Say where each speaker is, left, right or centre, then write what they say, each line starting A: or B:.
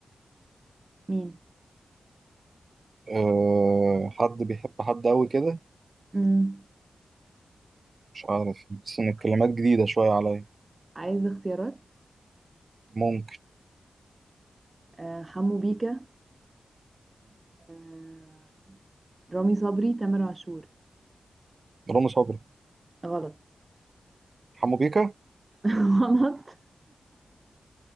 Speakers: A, on the right; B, on the right.
A: مين
B: أه حد بيحب حد أوي كده
A: مم.
B: مش عارف بس إن الكلمات جديدة شوية عليا
A: عايز اختيارات
B: ممكن
A: أه حمو بيكا أه رامي صبري تامر عاشور
B: رامي صبري
A: غلط
B: حمو بيكا
A: <laughs> غلط